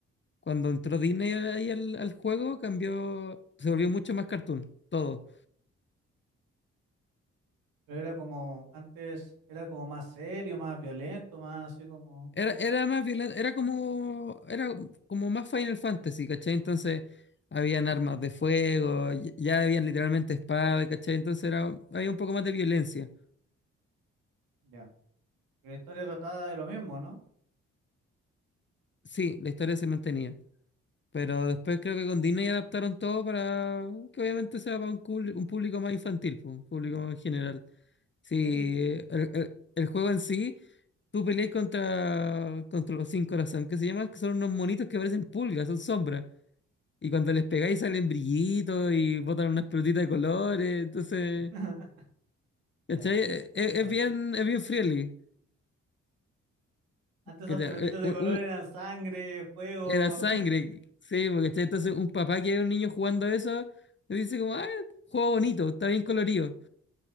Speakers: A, on the left; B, on the right.
A: Cuando entró Disney ahí al, al juego, cambió, se volvió mucho más cartoon, todo.
B: Pero era como, antes era como más serio, más violento, más así como,
A: Era, era más violento, era como, era como más Final Fantasy, ¿cachai? Entonces habían armas de fuego, y- ya habían literalmente espadas, ¿cachai? Entonces era, había un poco más de violencia.
B: ya. Y La historia trataba de lo mismo, ¿no?
A: Sí, la historia se mantenía. Pero después creo que con Disney adaptaron todo para que obviamente sea para un, cul- un público más infantil, pues, un público más general. si
B: Sí.
A: el, el- el juego en sí, tú peleas contra, contra los sin corazón, que se llaman, que son unos monitos que parecen pulgas, son sombras. Y cuando les pegáis salen brillitos y botan unas pelotitas de colores, entonces,
B: <laughs>
A: ¿cachai?
B: Ya,
A: Es,
B: claro.
A: es bien, es bien friendly.
B: Antes
A: ¿cachai?
B: esas pelotitas
A: Eh,
B: de
A: un-
B: color
A: un-
B: eran sangre, fuego,
A: Era sangre, sí, porque, ¿cachai? Entonces un papá que ve a un niño jugando eso, le dice como, ah, juego bonito, está bien colorido,